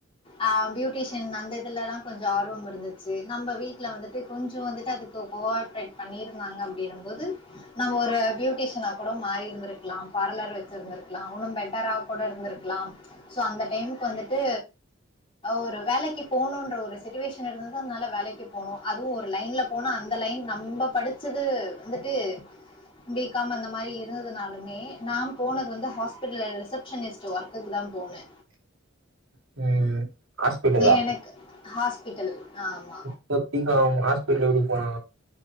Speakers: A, on the left; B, on the right.
A: அ பியூட்டிஷியன் அந்த இதுலலா கொஞ்சோ ஆர்வம் இருந்துச்சு நம்ம வீட்ல வந்துட்டு கொஞ்சோ வந்துட்டு அதுக் கு கோ ஆப்ரேட் பண்ணி இருந்தாங்க அப்டினும் போது நம்ம ஒரு பியூட்டிஷியனா கூட மாறி இருந்திருக்லா பார்லர் வச்சிருந்திருக்லா இன்னு பெட்டரா கூட இருந்திருக்லாவ் சோ அந்த டைமுக்கு வந்துட்டு ஒரு வேலைக்கு போணுன்ற ஒரு சிச்சுவேஷன் இருந்ததூனால வேலைக்கு போணு அதுவு ஒரு லைன்ல போணு அந்த லைன் நம்ம படிச்சது வந்துட்டு பி காம் அந்த மாரி இருந்ததுனாலுமே நா போனது வந்து ஹாஸ்பிடல் ரிசப்ஷனிஸ்ட் ஒர்க்குக்கு தா போனே
B: ம் ஹாஸ்பிட்டலா
A: ஏ எனக் ஹாஸ்பிட்டல் ஆமா
B: <inaudible> பி காம் ஹாஸ்பிடல் எப்டி போலா